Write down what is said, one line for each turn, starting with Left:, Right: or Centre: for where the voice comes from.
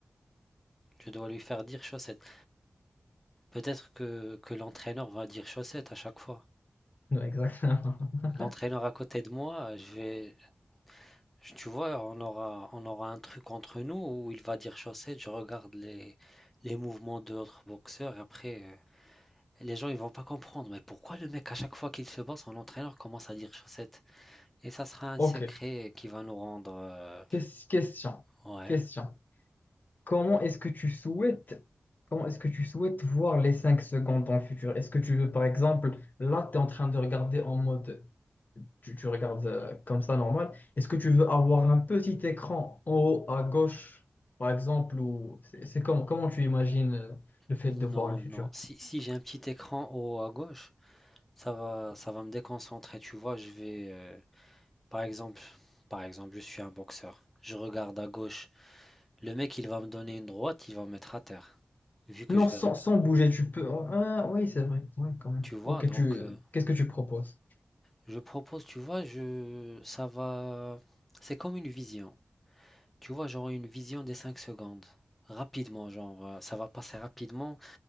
Centre: je dois lui faire dire chaussette. Peut-être que, que l'entraîneur va dire chaussette à chaque fois.
Left: Ouais, exactement. <laughs>
Centre: L'entraîneur à côté de moi, je vais. je- Tu vois, on aura, on aura un truc entre nous où il va dire chaussette. Je regarde les, les mouvements de l'autre boxeur. et Après. euh, Les gens ils vont pas comprendre, mais pourquoi le mec à chaque fois qu'il se bat, son entraîneur commence à dire chaussette? Et ça sera un
Left: Ok.
Centre: secret qui va nous rendre... euh,
Left: Ques- question.
Centre: Ouais.
Left: Question. Comment est-ce que tu souhaites, comment est-ce que tu souhaites voir les 5 secondes dans le futur? Est-ce que tu veux, par exemple, là, tu es en train de regarder en mode. tu, tu regardes euh, comme ça normal. Est-ce que tu veux avoir un petit écran en haut à gauche, par exemple, ou c'est c'est comment, comment tu imagines euh, le fait
Centre: Non,
Left: de voir le futur?
Centre: non. Si, si j'ai un petit écran au haut à gauche, ça va, ça va me déconcentrer. Tu vois, je vais... euh, Par exemple, par exemple, je suis un boxeur. Je regarde à gauche. Le mec, il va me donner une droite, il va me mettre à terre. Vu que
Left: Non,
Centre: je
Left: sans,
Centre: vais... reg-
Left: sans bouger, tu peux. Ah, ah, oui, c'est vrai. Ouais, quand même.
Centre: Tu vois,
Left: Ok,
Centre: donc...
Left: tu,
Centre: euh,
Left: qu'est-ce que tu proposes?
Centre: Je propose, tu vois, je... Ça va... C'est comme une vision. Tu vois, genre une vision des 5 secondes. Rapidement, genre, euh, ça va passer rapidement.